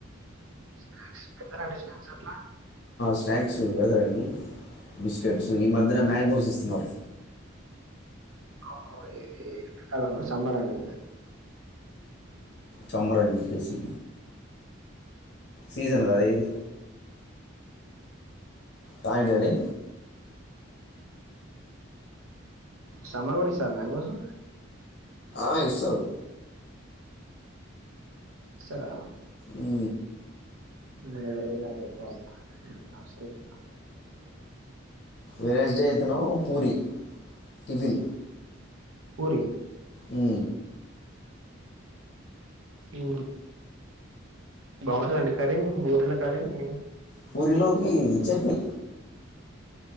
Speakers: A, on the right (about 85°); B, on the left (about 50°).
A: స్నాక్స్ పెట్టారండి స్నాక్స్ అట్లా
B: స్నాక్స్ పెడతారండి బిస్కెట్స్ ఈ మధ్యన మ్యాంగోస్ ఇస్తున్నారు.
A: అవును ఈ ఎండాకాలం లో సమ్మర్ అని
B: సమ్మర్ అని చెప్పేసి సీజన్ కద ఇది తాయిడని
A: సమర్వాడి సార్ మ్యాంగోస్
B: ఆ ఇస్తారు
A: ఇస్తారా
B: ఈ
A: మనకు తెల్వదుగా ఎక్కువ హాస్టల్
B: వెేజ్ట్ డే అయితనో పూరి టిఫిన్
A: పూరి
B: ఈ
A: ఉ బాగుంటంది అండి కరి ఊర్ల కారి మీ
B: పురీలోకి చెట్నీ